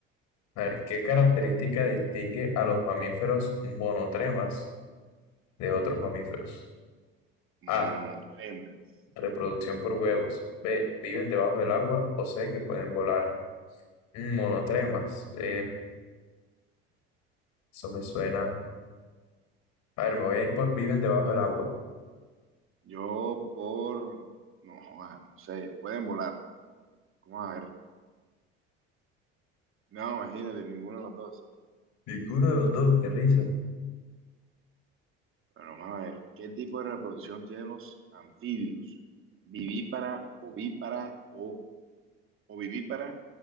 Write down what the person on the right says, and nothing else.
Monotremas.
Yo por, no, joda, no sé, pueden volar. Vamos a ver. No, imagínate, ninguno de los dos.
Bueno, vamos a ver. ¿Qué tipo de reproducción tienen los anfibios? Vivípara, ovípara o ovivípara